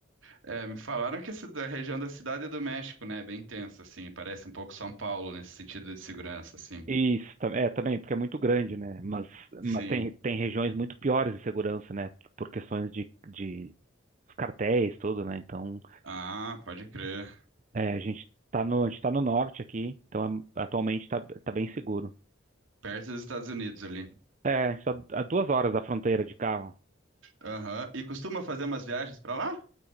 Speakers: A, on the right; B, on the right.
A: É, me falaram que essa da região da Cidade é do México, né, é bem tensa, assim, parece um pouco São Paulo nesse sentido de segurança, assim.
B: Isso, ta- é também, porque é muito grande, né? Mas,
A: Sim.
B: mas tem, tem regiões muito piores de segurança, né? Por questões de, de os cartéis, tudo, né? Então,
A: Ah, pode crer.
B: é, a gente tá no, a gente tá no norte aqui, então é- atualmente tá, tá bem seguro.
A: Perto dos Estados Unidos ali.
B: É, a gente tá a duas horas da fronteira de carro.
A: Aham. E costuma fazer umas viagens pra lá?